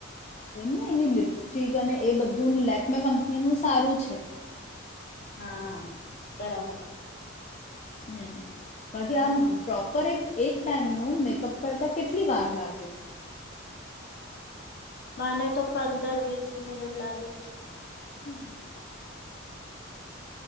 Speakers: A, on the left; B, on the left.
A: એમ ને એની લિપસ્ટિક અને એ બધું લેકમે કંપ ની નું સારું છે.
B: હા બરાબર.
A: એમ. બાકી આમ
B: હમ
A: પ્રોપર એક-એક ટાઈમ નું ઓમ મેકઅપ કરતા કેટલી વાર લાગે?
B: મને તો પંદર વીસ મિનિટ લાગે જ, હમ્મ.